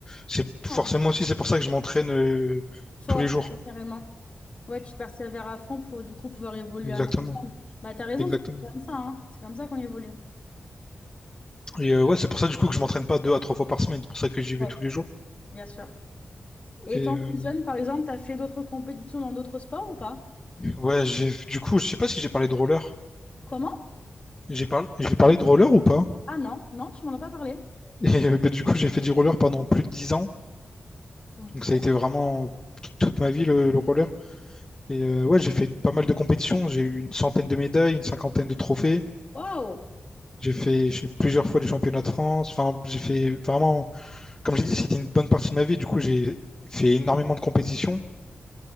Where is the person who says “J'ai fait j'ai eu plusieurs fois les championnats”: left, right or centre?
Left